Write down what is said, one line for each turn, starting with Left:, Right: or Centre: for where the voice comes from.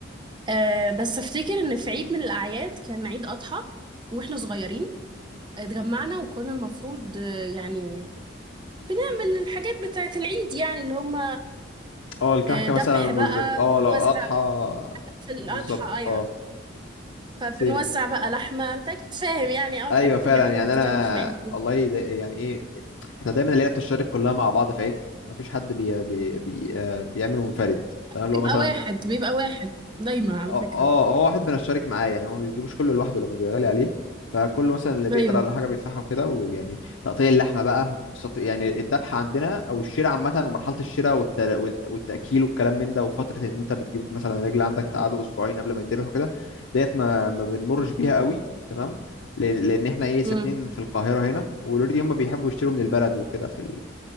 Right: أه بس افتكر ان في عيد من الاعياد كان عيد اضحى واحنا صغيرين اتجمعنا وكنا المفروض آه، يعني بنعمل الحاجات بتاعه العيد يعني اللي هم
Left: اه الكحكة
Right: ذبح
Left: مثلا والب...
Right: بقى
Left: اه
Right: بنوزع
Left: لو اضحى
Right: في الاضحى
Left: بالظبط
Right: ايوه
Left: اه
Right: فبنوزع
Left: سيم
Right: بقى لحمه انت اكيد فاهم يعني اول
Left: ايوه
Right: الحاجات
Left: فعلا
Right: الجميله
Left: يعني
Right: اللي بتتعمل
Left: انا
Right: في العيد دي
Left: والله ده يعني ايه احنا دايما العيله بتشترك كلها مع بعض في عجل مفيش حد بي... بي... بي... آه، بيعمل منفرد تمام اللي
Right: بيبقى
Left: هو مثلا
Right: واحد بيبقى واحد دايما على
Left: اه
Right: فكره
Left: اه هو واحد بنشارك معاه يعني هو ما بيجيبوش كله لوحده لانه بيغالي عليه فكله مثلا اللي بيقدر
Right: ايوه
Left: على حاجه بيدفعها وكده ويعني تقطيع اللحمه بقى وتخص- يعني الذبحه عندنا او الشراء عامه ومرحله الشراء والتر... والت- والتاكيل والكلام من ده وفتره ان انت بتجيب مثلا الرجل عندك تقعده اسبوعين قبل ما يتذبح وكده ديت ما ما بنمرش بيها قوي تمام لان لأن احنا ايه ساكنين
Right: مم.
Left: في القاهره هنا والاوريدي هم بيحبوا يشتروا من البلد وكده في